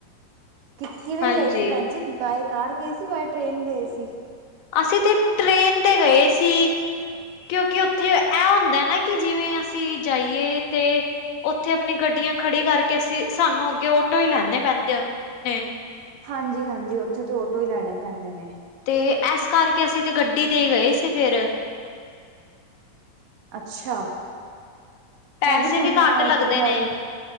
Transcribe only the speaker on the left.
ਹਾਂਜੀ
ਅਸੀਂ ਤੇ, ਟ੍ਰੇਨ ਤੇ ਗਏ ਸੀ। ਕਿਉ‌ਕਿ ਉੱਥੇ, ਆਹ ਹੁੰਦਾ ਨਾ ਕਿ ਜਿਵੇਂ ਅਸੀਂ ਜਾਈਏ ਤੇ ਉੱਥੇ ਆਪਣੀ ਗੱਡੀਆਂ ਖੜੀ ਕਰਕੇ ਅਸੀ, ਸਾਨੂੰ ਅੱਗੇ ਉਟੋ ਹੀ ਲੈਣੇ ਪੈਂਦੇ ਨੇ।
ਤੇ ਐਸ ਕਰਕੇ ਅਸੀਂ ਤੇ ਗੱਡੀ ਤੇ ਹੀ ਗਏ ਸੀ ਫਿਰ।
ਪੈਸੇ
ਘੱਟ ਲੱਗਦੇ
ਨੇ।